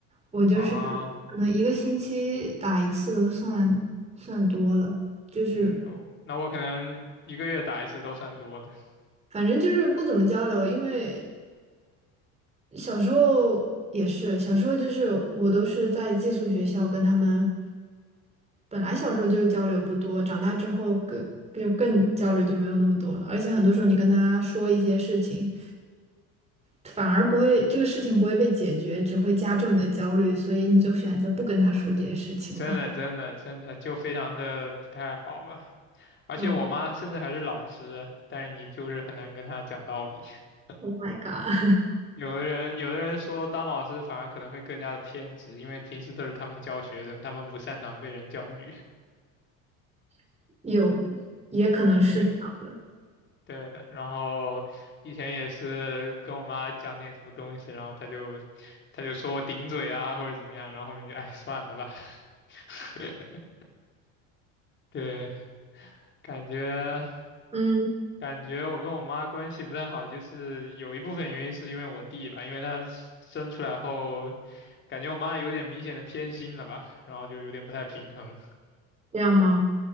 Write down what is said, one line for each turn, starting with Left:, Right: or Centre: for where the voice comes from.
Right: 我就是
Left: 啊。
Right: 可能一个星期打一次都算算多了，就是
Left: 嗯，我那我可能一个月打一次都算多的，<laughs>
Right: 反正就是不怎么交流，因为小时候也是，小时候就是我都是在寄宿学校跟他们。本来小时候就交流不多，长大之后更就更交流就没有那么多了。而且很多时候你跟他说一些事情，反而不会这个事情不会被解决，只会加重你的焦虑，所以你就选择不跟他说这些事情了。
Left: 真的真的真的就非常的不太好吧。
Right: <laughs>
Left: 而且我妈甚至还是老师，
Right: 那
Left: 但是你就是很难跟她讲道理。<laughs>
Right: Oh my God，
Left: 有的人有的人说当老师反而可能会更加的偏执，因为平时都是他们教学生，他们不擅长被人教育。
Right: <laughs> 有也可能是这样，
Left: <laughs> 对对，然后以前也是跟我妈讲点什么东西，然后她就她就说我顶嘴啊或者怎么样，然后后面就哎算了吧。<laughs> 对，感觉
Right: 嗯，
Left: 感觉我跟我妈关系不太好，就是有一部分原因是因为我弟吧，因为他生出来后，感觉我妈有点明显的偏心了吧，然后就有点不太平衡。
Right: 这样吗？